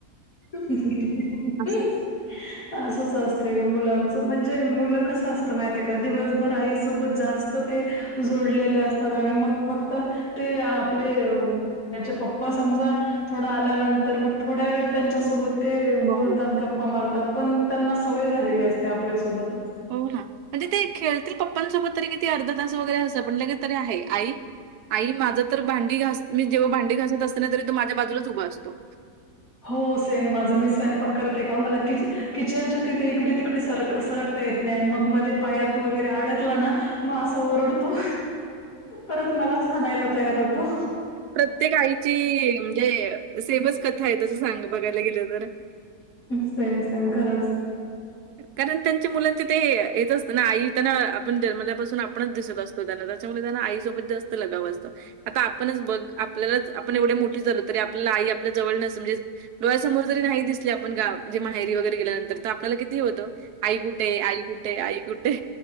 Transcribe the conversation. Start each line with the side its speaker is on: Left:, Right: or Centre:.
Left: ह.
Right: हां.
Left: ह. असंच असतंय ग मुलांचं म्हणजे मुलं कस असतं माहिितय का दिवसभर आईसोबत जास्त ते जोडलेले असतात आणि मग फक्त ते आपले त्याचे पप्पा समजा थोडा आल्यानंतर मग थोड्या वेळ त्यांच्या सोबत ते
Right: हो,
Left: बोलतात गप्पा मारतात पण त्यांना सवय झालेली असते आपल्यासोबतच
Right: हो ना म्हणजे ते खेळतील पप्पांसोबत तरी किती अर्ध तास वगैरे असं पण लगे तरी आहे आई आई माझं तर भांडी घास मी जेव्हा भांडी घासत असतना तरी तो माझ्या बाजूलाच उभा असतो.
Left: हो सेम माझं मी स्वयं पक करते का मला कि किचनच्या तिथे इकडे तिकडे सरक सरकता येत नाही मग मध्ये पायात वगैरे अडकला ना मग असा ओरडतो. परत मला सानायला तयार होतो.
Right: प्रत्येक आईची म्हणजे सेमस कथा आहे तसं सांग बघायला गेलं तर
Left: सेम सेम खरंच.
Right: कारण त्यांचे मुलांचे ते येत असत ना आईना आपण जन्मलापासून आपणच दिसत असतो. त्याच्यामुळे त्यांना आई सोबत जास्त लगाव असतो आता आपणच बघ. आपल्यालाच आपण एवढे मोठीे झालो तरी आपल्याला आई आपल्या जवळ म्हणजे डोळ्यासमोर जरी नाही दिसले आपण का म्ह जे माहेरी वगैरे गेल्यानंतर तर आपल्याला किती होतं. आई कुठे आई कुठे आई कुठे?